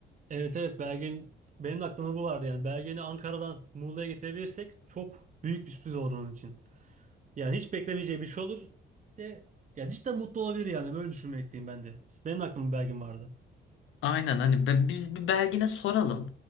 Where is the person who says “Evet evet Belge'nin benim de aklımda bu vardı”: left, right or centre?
Right